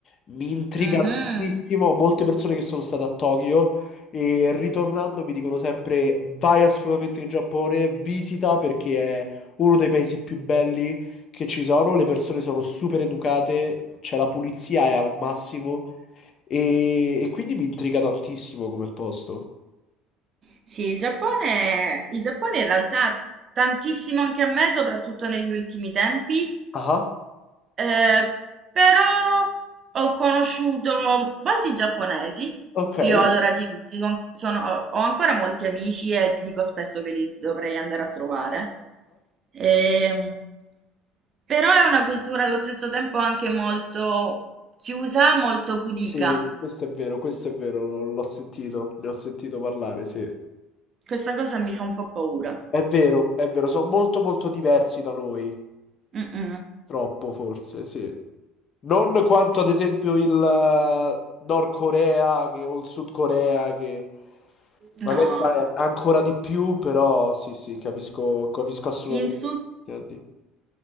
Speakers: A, on the left; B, on the right.
A: Mi intriga
B: Mhm.
A: tantissimo. Molte persone che sono state a Tokyo e ritornando mi dicono sempre: vai assolutamente in Giappone, visita perché è uno dei paesi più belli che ci sono. Le persone sono super educate, c'è la pulizia è al massimo e, e quindi mi intriga tantissimo come posto.
B: Sì, il Giappone, il Giappone in realtà tantissimo anche a me, soprattutto negli ultimi tempi,
A: Ah,
B: eh, però ho conosciuto molti giapponesi,
A: ok.
B: li ho adorati tutti, son- sono- ho ancora molti amici e dico spesso che li dovrei andare a trovare. Ehm, però è una cultura allo stesso tempo anche molto chiusa, molto pudica.
A: Sì, questo è vero, questo è vero, lo- l'ho sentito, ne ho sentito parlare, sì.
B: Questa cosa mi fa un po' paura.
A: È vero, è vero, sono molto molto diversi da noi,
B: Mm-mm.
A: troppo forse, sì. Non quanto ad esempio il eh, Nord Corea che- o il Sud Corea che
B: No.
A: magari è ancora di più, però sì, sì, capisco, capisco assolutamente.
B: In Sud...
A: quello che intendi.